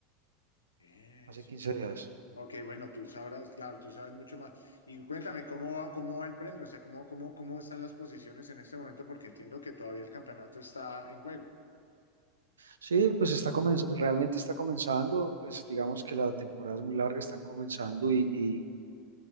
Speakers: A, on the left; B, on the right.
A: Eh,
B: hace
A: sí.
B: 15 días.
A: Ok, bueno, tú sabrás, claro, tú sabes mucho más. Y cuéntame, ¿cómo va, cómo va el premio? O sea, ¿cómo, cómo, cómo están las posiciones en este momento? Porque entiendo que todavía el campeonato está en juego.
B: Sí, pues está comenz- realmente está comenzando, pues digamos que la temporada es muy larga, están comenzando y, y-